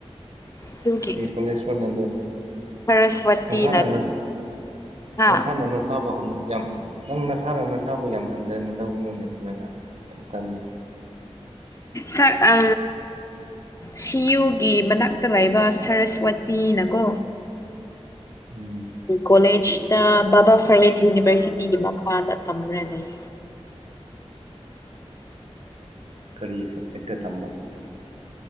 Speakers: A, on the left; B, on the right.
A: ꯑꯗꯨꯒꯤ
B: ꯍ ꯀꯂꯁꯣꯔꯅꯤ ꯑꯗꯨꯣ
A: ꯁꯔꯁꯋꯇꯤꯅ
B: ꯉꯁꯥꯅꯅ
A: ꯍꯥ
B: ꯅꯁꯥꯟꯅ ꯅꯆꯥꯕ ꯍꯪ ꯌꯥꯝ ꯅꯪ ꯅꯁꯥꯅ ꯅꯁꯥꯕꯨ ꯌꯥꯝ ꯍꯟꯊꯅ ꯂꯧꯧꯕꯅꯨꯅꯦ ꯑꯗꯨꯃꯥꯏꯅ ꯐꯠꯇꯕꯅꯦ
A: ꯁ ꯑ ꯁꯤꯌꯨꯒꯤ ꯃꯅꯥꯛꯇ ꯂꯩꯕ ꯁꯔꯁꯋꯇꯤꯅꯀꯣ
B: ꯎꯝ
A: ꯀꯣꯂꯦꯖ ꯇ ꯕꯥ ꯐꯔꯤꯍꯤꯠ ꯌꯨꯅꯤꯚꯔꯁꯤꯇꯤꯒꯤ ꯃꯈꯥꯗ ꯇꯝꯅꯩ
B: ꯀꯔꯤ ꯁꯕꯖꯦꯛꯇ ꯇꯝꯕ